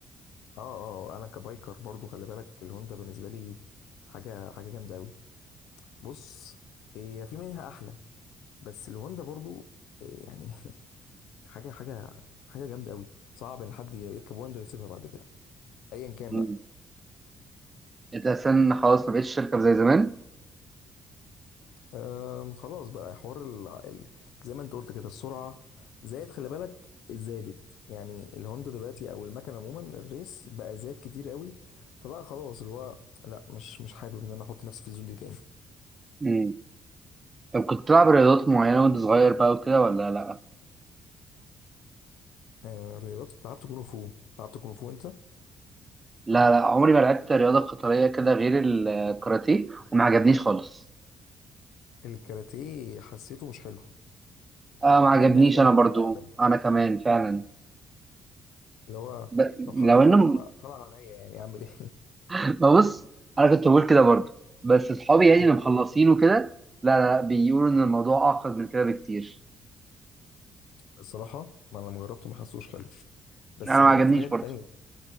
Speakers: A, on the left; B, on the right.
A: اه اه آه، انا كبايكر برضو خلي بالك الهوندا بالنسبة لي حاجة حاجة جامدة قوي بص هي في منها احلى بس الهوندا برضو آه، يعني <laughs> حاجه حاجه حاجه جامده قوي صعب ان حد يركب واندو ويسيبها بعد كده ايا كان
B: مم.
A: بقى
B: انت اساسا خلاص ما بقتش تركب زي زمان
A: أم خلاص بقى حوار ال... ال... زي ما انت قلت كده السرعه زائد خلي بالك زادت يعني الهوندا دلوقتي او المكن عموما الريس بقى زاد كتير قوي فبقى خلاص اللي هو لا مش مش حابب ان انا احط نفسي في الزون دي تاني
B: مم. طب كنت بتلعب رياضات معينه وانت صغير بقى وكده ولا لا
A: أه رياضات لعبت كونغ فو لعبت كونغ فو انت
B: لا لا عمري ما لعبت رياضه قتاليه كده غير الكاراتيه وما عجبنيش خالص
A: الكاراتيه حسيته مش حلو
B: اه
A: أ-
B: ما عجبنيش
A: ب- بارد قوي
B: انا برضو
A: اهبل
B: انا كمان فعلا
A: اللي هو
B: ب...
A: لو حد
B: لو
A: دلوقتي
B: انه
A: طلع طلع عليا يعني اعمل ايه
B: <laughs> ببص انا كنت بقول كده برضو بس اصحابي يعني
A: <laughs>
B: اللي مخلصين وكده لا لا لا بيقولوا ان الموضوع اعقد من كده بكتير
A: الصراحه ما انا لما جربته ما حسوش حلو بس
B: انا
A: جربت
B: ما عجبنيش
A: حاجات
B: برضو
A: تانية